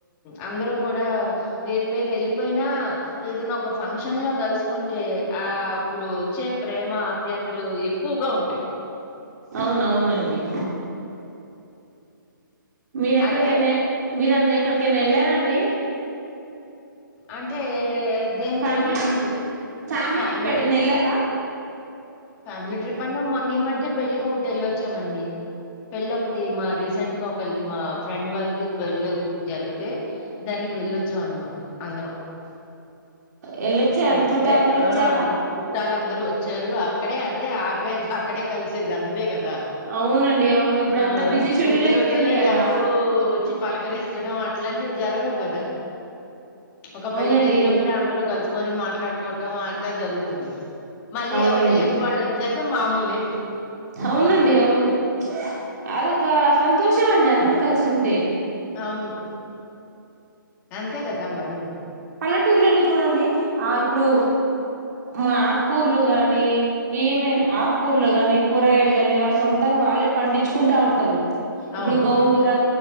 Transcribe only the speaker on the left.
అందరు కూడా వేరు వేరు వెళ్ళిపోయినా ఏదైనా ఒక ఫంక్షన్ లో కలుసుకుంటే ఆ ఇప్పుడు వచ్చే ప్రేమ ఆప్యాయతలు ఎక్కువగా ఉంటాయి
అదే
అంటే దేన్ని
ఇగండి
ఫ్యామిలీ
ఫ్యామిలీ ట్రిప్ అంట మొన్న ఈ మధ్య పెళ్లికి ఒకటి వెళ్ళొచ్చామండి. పెళ్లి ఒకటి మా రీసెంట్ గా ఒకళది. మా ఫ్రెండ్ వాళ్ళది. పెళ్లిి ఒకటి జరిగితే దానికి వెళ్ళొచ్చాం అనమాట అందరం.
ఎంతే
ఆ చుట్టాలందరు వ చెరువు అక్కడే అదే ఆప్యాయత అక్కడే కలిసేది అంతే కదా
ఆ
పుట్టి
రోజుల్లో
ఎవరు వచ్చి పలకరిస్తడం అట్లాంటివి జరగవు కదా దా ఒక
పెళ్ళికి వెళ్ళినప్పుడే అందరు కలుసు కొని మాట్లాడుకోవటం అంతా జరుగుతుంది మళ్ళీ
ఎవరిళ్ళకి వాళ్ళు వచ్చాక మామూలే
అవును అంతే కదా మరి
అవును